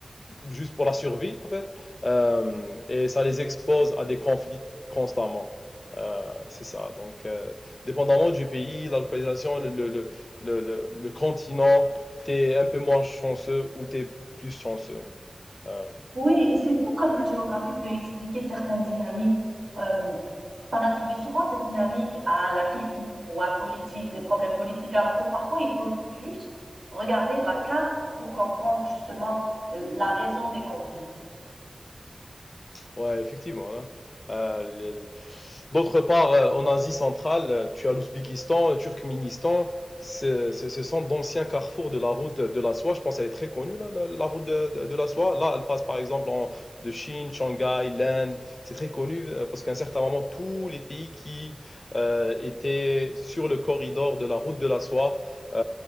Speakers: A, on the left; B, on the right.
A: juste pour la survie en fait, Euh, et ça les expose à des conflits constamment. Euh, c'est ça. Donc, euh, dépendamment du pays, la localisation, le, le, le, le, le- le continent, t'es un peu moins chanceux ou t'es plus chanceux. Euh,
B: Oui, et c'est fou comme la géographie peut expliquer certaines dynamiques. Euh, on attribue souvent cette dynamique à la culture ou à la politique, des problèmes politiques, alors que parfois il faut juste regarder la carte pour comprendre justement euh, la raison des conflits.
A: Ouais, effectivement. hein. Euh, le- le- D'autre part, euh, en Asie centrale, euh, tu as l'Ouzbékistan, le Turkménistan. Ce ce- ce sont d'anciens carrefours de la route de la soie. Je pense qu'elle est très connue, la, la- la route de, de- de la soie. Là, elle passe par exemple en- de Chine, Shanghai, l'Inde. C'est très connu euh, parce qu'à un certain moment, tous les pays qui euh, étaient sur le corridor de la route de la soie euh,